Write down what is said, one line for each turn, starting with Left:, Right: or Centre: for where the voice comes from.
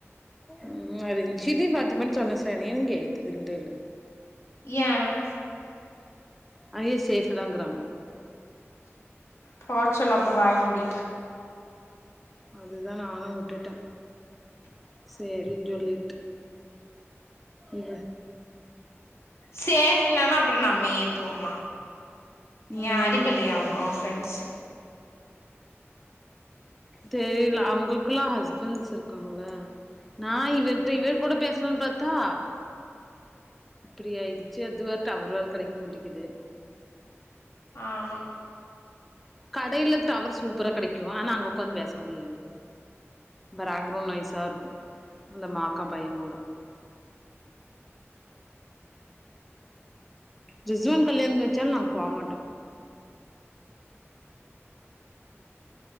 Centre: ம் அது சிரி பாத்திபன் சொன்ன சார் நீங்க ஏத்துங்களே இல்ல
Left: ஏன்
Centre: அயே சேஃபு தாங்குறாங்க
Left: போச்சொல்லு அப்ப வாய முடிட்டு
Centre: அதுதா நானு உட்டுட்டே சேரின் சொல்லி இரு
Left: சேஃப் இல்லனா அப்றோ நம்ம ஏத்துவமா
Centre: ம்
Left: ஏ அறிவு வு இல்லையா ஒன் ஃபிரெண்ட்ஸ்
Centre: தெரில அவுங்குளுக்குலா ஹஸ்பண்ட்ஸ் இருக்காங்கள நா இவர்ட்ட இவரு கூட பேஸ்லன் பாத் தா இப்டி ஆயிடுச்சு அதுவா டவர் வேற கெடைக்க மாட்டிக்குது
Left: ஆமா
Centre: கடைல டவர் சூப்பரா கெடைக்கு ஆனா அங்க உக்காந்து பேச முடியாது பேரக்ரவுண்ட் நைஸா இருக்கு அந்த மாக்கா பையனோட ரிஸ்வன் கல்யாணத் வச்சாலு நாங் போ மாட்டோ